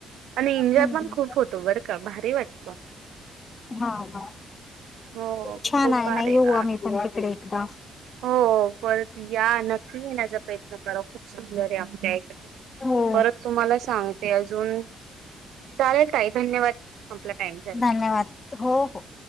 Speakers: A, on the right; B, on the left.
A: आणि एन्जॉय
B: हम्म
A: पण
B: हम्म
A: खूप होतो बरं का भारी वाटत
B: हा हा
A: हो
B: छान
A: खूप
B: आहे
A: आारे
B: ना येऊ
A: आ
B: आम्ही पण तिकडे एकदा
A: हो परत या नक्की येण्याचा प्रयत्न करत खूप सुंदर आहे आपल्याकडे
B: हो
A: परत तुम्हाला सांग ते अजून चालेल ताई धन्यवाद. आपला टाइम झाला.
B: धन्यवाद हो हो..